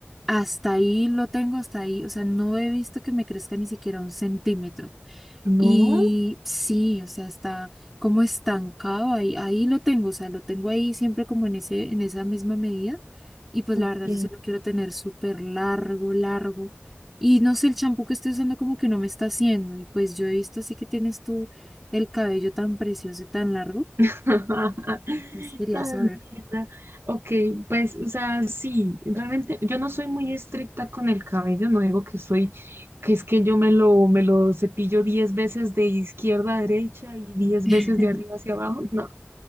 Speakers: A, in the centre; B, on the right.
A: hasta ahí lo tengo, hasta ahí, o sea, no he visto que me crezca ni siquiera un centímetro.
B: No,
A: Y sí, o sea, está como estancado ahí, ahí lo tengo, o sea, lo tengo ahí siempre como en ese, en esa misma medida. Y pues
B: ok.
A: la verdad, yo se lo quiero tener súper largo, largo. Y no sé, el champú que estoy usando como que no me está haciendo. Y pues yo he visto así que tienes tú el cabello tan precioso y tan largo.
B: <laughs>
A: Pues quería
B: Tal
A: saber.
B: vez, ¿verdad? Ok, pues, o sea, sí, realmente yo no soy muy estricta con el cabello, no digo que soy, que es que yo me lo, me lo cepillo 10 veces de izquierda a derecha y 10
A: <laughs>
B: veces de arriba hacia abajo, no,